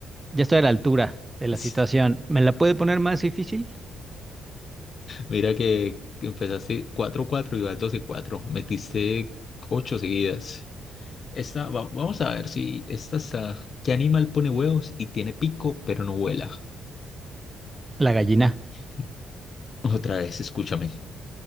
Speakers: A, on the right; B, on the left.
A: Ya estoy a la altura de la
B: <laughs>
A: situación. ¿Me la puede poner más difícil?
B: Mira que, que empezaste cuatro cuatro y vas doce cuatro. Metiste 8 seguidas. Esta, va- vamos a ver si esta está. ¿Qué animal pone huevos y tiene pico pero no vuela?
A: La gallina.
B: <laughs> Otra vez, escúchame.